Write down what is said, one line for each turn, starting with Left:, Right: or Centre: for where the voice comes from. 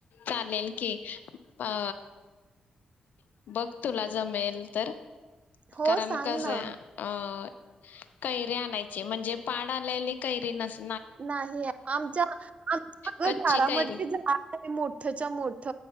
Left: चालेल की अ बघ तुला जमेल तर
Right: हो
Left: कारण
Right: सांग
Left: कसं
Right: ना
Left: आहे अं कैरी आणायचे म्हणजे पाड आल्याली कैरी नसते.
Right: नाही आमच्या आमगारामध्ये
Left: कच्ची कैरी
Right: झा मोठच्या मोठ